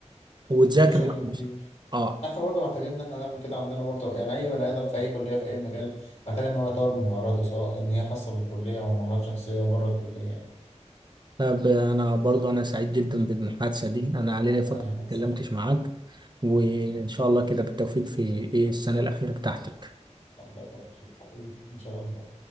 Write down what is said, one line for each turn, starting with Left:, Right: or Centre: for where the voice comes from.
Right: وتذاكر
Left: بشكل
Right: مع
Left: كبير
Right: نفسك اه
Left: احنا برضه محتاجين ان احنا نعمل كده عندنا برضه يعني اي بني ادم في اي كليه في اي مجال محتاج ان هو يطور من مهاراته سواء ان هي خاصه بالكليه او مهارات شخصيه بره الكليه
Right: لا، ب- أنا برضو أنا سعيد جدا بالمحادثة دي أنا علينا فترة
Left: أنا
Right: ما
Left: هسأل
Right: اتكلمتش معاك وإن شاء الله كده بالتوفيق في إيه السنة الأخيرة بتاعتك
Left: الله يبارك فيك حبيبي إن شاء الله